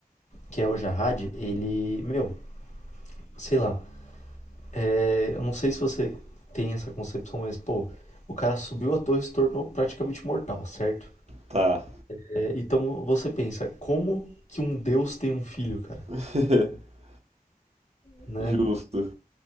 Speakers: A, on the left (about 50°); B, on the right (about 45°).
A: que é o Jahad, ele, meu, sei lá, é, eu não sei se você tem essa concepção, mas, pô, o cara subiu a torre e se tornou praticamente mortal, certo?
B: Tá.
A: É, então você pensa, como que um deus tem um filho, cara?
B: <laughs>
A: Né?
B: Justo.